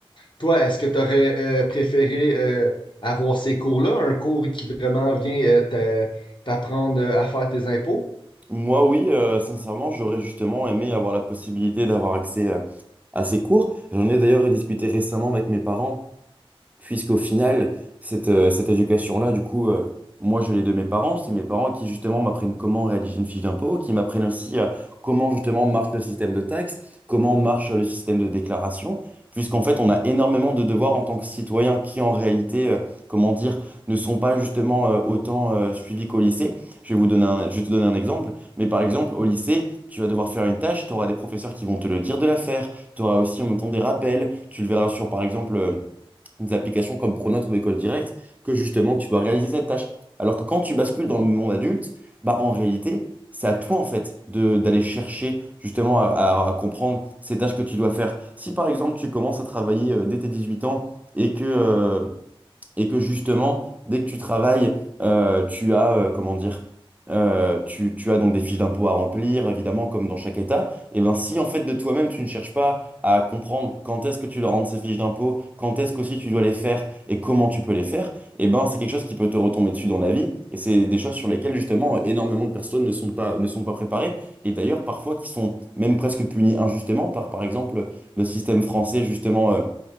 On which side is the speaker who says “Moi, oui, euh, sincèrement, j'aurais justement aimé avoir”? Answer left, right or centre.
Right